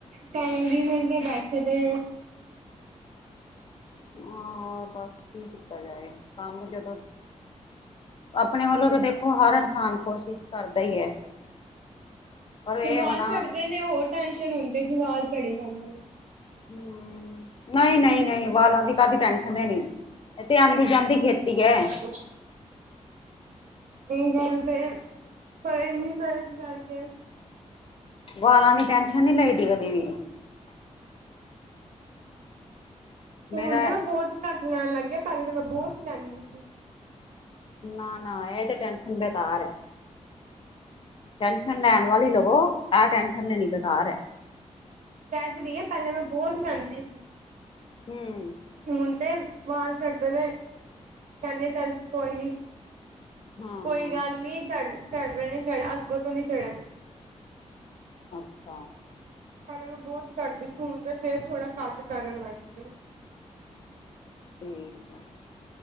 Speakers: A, on the right (about 85°); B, on the left (about 45°).
A: ਤਾਂਹੀ ਦੀ ਵੇਲੇ ਬੈਠੇ ਦੇ
B: ਹਾਂ ਬਸ ਕੀ ਕੀਤਾ ਜਾਏ। ਕੰਮ ਜਦੋਂ ਆਪਣੇ ਵੱਲੋਂ ਤਾਂ ਦੇਖੋ ਹਰ ਇਨਸਾਨ ਕੋਸ਼ਿਸ਼ ਕਰਦਾ ਹੀ ਹੈ। ਪਰ ਇਹ
A: ਤੇ ਵਾਲ
B: ਵਣਾ
A: ਚੜ੍ਹਦੇ ਨੇ ਹੋਰ ਟੈੈਂਨਸ਼ਨ ਹੁੰਦੀ, ਜੇ ਵਾਲ ਚੜੀ ਜਾਂਦੇ ਨੇ।
B: ਹਮਮ। ਨਹੀਂ-ਨਹੀਂ-ਨਹੀਂ ਵਾਲਾਂ ਦੀ ਕਾਹਦੀ ਟੈਨਸ਼ਨ ਲੇਨੀ? ਇਹ ਤੇ ਆਉਂਦੀ ਜਾਂਦੀ ਖੇਤੀ ਹੈ।
A: ਹ ਇਹ ਗੱਲ ਤੇ ਕੋਈ ਨੀ ਮੈ ਇਸ ਕਰਕੇ
B: ਵਾਲਾਂ ਦੀ ਟੈਨਸ਼ਨ ਨੀ ਲਈ ਦੀ ਕਦੇ ਵੀ।
A: ਹੁਣ
B: ਮੇਰਾ
A: ਤੇ ਮੈਂ ਬਹੁਤ ਘੱਟ ਲੈਣ ਲੱਗ। ਪਹਿਲੇ ਤਾਂ ਮੈਂ ਬਹੁਤ ਲੈਂਦੀ ਸੀ।
B: ਨਾ, ਨਾ ਏ ਤੇ ਟੈਨਸ਼ਨ ਬੇਕਾਰ ਏ। ਟੈਨਸ਼ਨ ਲੈਣ ਵਾਲੀ ਲਵੋ। ਇਹ ਟੈਨਸ਼ਨ ਲੈਣੀ ਬੇਕਾਰ ਹੈ।
A: ਕਹਿ ਤੇ ਰਈਏ ਪਹਿਲਾਂ ਮੈਂ ਬਹੁਤ ਲਾਂਉਦੀ ਸੀ।
B: ਹਮਮ।
A: ਹੁਣ ਤੇ ਵਾਲ ਝੜਦੇ ਨੇ। ਕਹਿੰਦੇ ਚੱਲ ਕੋਈ ਨੀ।
B: ਹਾਂ
A: ਕੋਈ ਗੱਲ ਨਹੀਂ। ਚੜ-ਚੜ ਰਹੇ ਨੇ ਚੜ ਅੱਗੋਂ ਤੋਂ ਨੀ ਚੜ੍ਹਨ
B: ਅੱਛਾ।
A: ਪਹਿਲੇ ਮੈਂ ਬਹੁਤ ਕਰਦੀ ਸੀ, ਹੁਣ ਤੇ ਫੇਰ ਥੋੜਾ ਘੱਟ ਕਰਨ ਲੱਗ ਗਈ ਹਾਂ।
B: ਠੀਕ ਆ